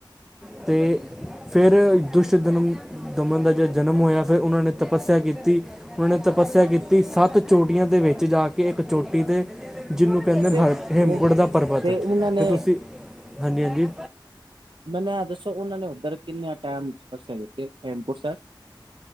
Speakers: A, in the centre; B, on the right.
A: ਅਤੇ ਫਿਰ ਦਸ਼ ਦਿਨਮ ਦਮਨ ਦਾ ਜਿਾ ਜਨਮ ਹੋਇਆ ਫਿਰ ਉਹਨਾਂ ਨੇ ਤਪੱਸਿਆ ਕੀਤੀ ਉਹਨਾਂ ਨੇ ਤਪੱਸਿਆ ਕੀਤੀ ਸੱਤ ਚੋਟੀਆਂ ਦੇ ਵਿੱਚ ਜਾ ਕੇ ਇੱਕ ਚੋਟੀ ਤੇ ਜਿਹਨੂੰ ਕਹਿੰਦੇ
B: ਤੇ
A: ਹਰ ਹੇਮਕੁੰਟ
B: ਉਹ
A: ਦਾ ਪਰਬਤ
B: ਤੇ ਉਹਨਾਂ ਨੇ
A: ਫਿਰ ਤੁਸੀਂ ਹਾਂਜੀ ਹਾਂਜੀ
B: ਮੈਨ ਦੱਸੋ ਉਹਨਾ ਨੇ ਉਧਰ ਕਿੰਨੇ ਟਮ ਦਿਆਮਪੁਰ